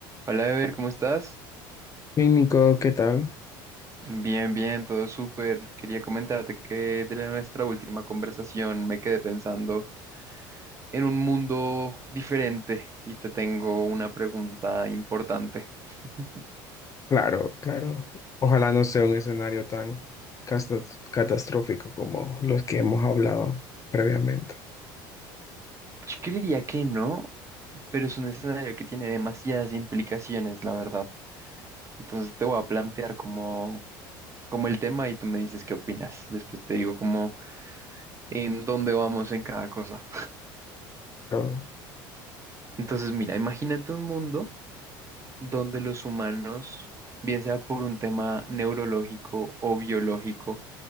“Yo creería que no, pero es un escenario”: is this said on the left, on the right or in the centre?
Right